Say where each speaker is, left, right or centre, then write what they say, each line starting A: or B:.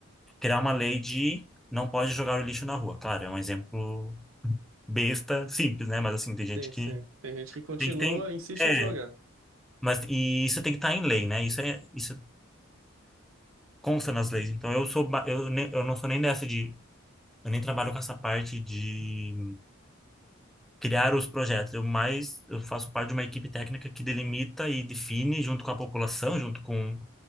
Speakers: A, in the centre; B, on the right.
A: criar uma lei de não pode jogar o lixo na rua. Claro, é um exemplo besta, simples, né? Mas assim, tem gente
B: Sim,
A: que
B: sim. Tem gente que continua,
A: tem que tem
B: insiste
A: é,
B: em jogar.
A: mas e isso tem que estar em lei, né? Isso é isso consta nas leis. Então eu sou ba- eu, ne- eu não sou nem dessa de eu nem trabalho com essa parte de criar os projetos. Eu mais, eu faço parte de uma equipe técnica que delimita e define junto com a população, junto com